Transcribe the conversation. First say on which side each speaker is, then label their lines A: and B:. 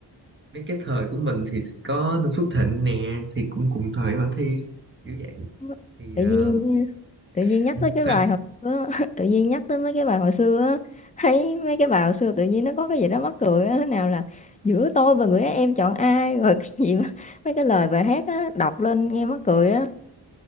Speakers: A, on the right (about 25°); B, on the left (about 20°).
A: mấy cái thời của mình thì có Noo Phước Thịnh nè thì cũng cùng thời bà Thi kiểu vậy
B: nhớ.
A: thì
B: tự
A: ờ,
B: nhiên tự nhiên
A: <laughs>
B: nhắc tới cái
A: sao
B: bài hồi xưa á, <laughs> tự nhiên nhắc tới mấy cái bài hồi xưa á thấy mấy cái bài hồi xưa tự nhiên nó có cái gì đó mắc cười á nào là giữa tôi và người ấy em chọn ai <laughs> rồi cái gì mà mấy cái lời bài hát á đọc lên nghe mắc cười á